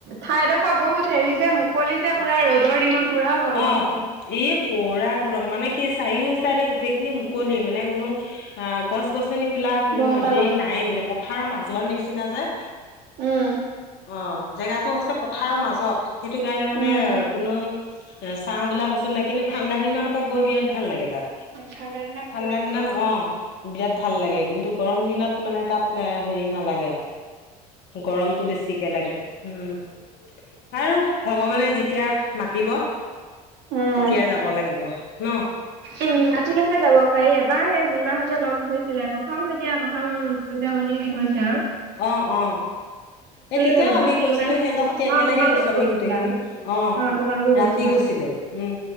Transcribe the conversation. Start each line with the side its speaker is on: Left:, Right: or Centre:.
Right: ঠাইডোখৰ বহুত হেৰি যে মুকলি যে পুৰা ৰ'দৰ দিনত পুৰা গৰম
Left: অ
Right: একদম
Left: এই পোৰা গৰম মানে কি চাৰিও চাৰি গোটেই খিনি মুকলি, মানে কোনো অ গছ গছনি বোলা কোনো
Right: বনপাল
Left: হেৰি নাই মানে, পথাৰৰ মাজৰ নিচিনা যে।
Right: উম
Left: অ জেগাটো হৈছে পথাৰৰ মাজত, সেইটো কাৰণে মানে
Right: উম
Left: কোনো চাঁ বলা বস্তু নাই কিন্তু ঠাণ্ডাত দিনত আকৌ গৈ বিৰাট ভাল লাগে তাত,
Right: ঠাণ্ডা দিনত ভাল
Left: ঠাণ্ডা
Right: লাগিব
Left: দিনত অ বিৰাত ভাল লাগে, কিন্তু গৰম দিনত মানে তাত হেৰি নালাগে আৰু গৰমটো বেছি। একেলগে উম, বাৰু ভগৱানে যেতিয়া মাতিব
Right: উম
Left: তেতিয়াাই যাব লাগিব ন?
Right: উম মাতিলেহে যাব পাৰি, এবাৰ হে জোন বা হতে লগ ধৰিছিলে প্ৰথম যেতিয়া প্ৰথম মৃত্যুঞ্জয় মন্দিৰ হেই হৈছে আও।
Left: অ অ এই তেতিয়াও
Right: ক'লো
Left: আমি
Right: তাৰপিছত
Left: গৈছিলো,
Right: ইমান
Left: সিহঁতৰ সৈতি
Right: অ
Left: একেলগে
Right: তোমালোকো
Left: গৈছো আমি
Right: গৈছিলা
Left: গোটেইখিনি, অ
Right: তোমালোকো
Left: ৰাতি
Right: গৈছিলা
Left: গৈছিলো, উম